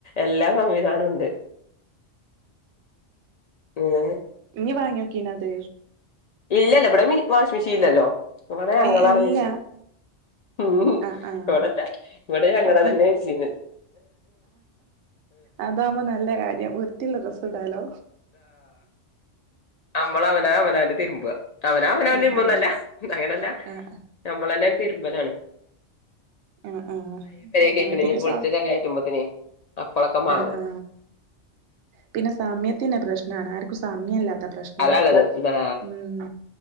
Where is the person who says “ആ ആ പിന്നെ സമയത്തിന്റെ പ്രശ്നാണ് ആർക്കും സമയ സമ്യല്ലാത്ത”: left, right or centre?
Right